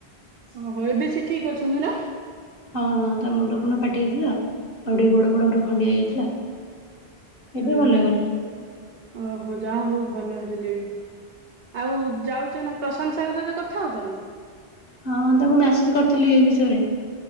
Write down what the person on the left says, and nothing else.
ହଁ ହଁ ତା ମୁଣ୍ଡ ଫୁଣ୍ଡ ଫାଟି ଯାଇଥିଲା‌। ଆଉ ଟିକେ ଗୋଡ଼ ଫୋଡ଼ଉରା ଖଣ୍ଡିଆ ହେଇଯାଇଥିଲା। ଏବେ
ଭଲ ହେଇଗଲାଣି
ହଁ ତାଙ୍କୁ ମେସେଜ କରିଥିଲି ଏଇ ବିଷୟରେ।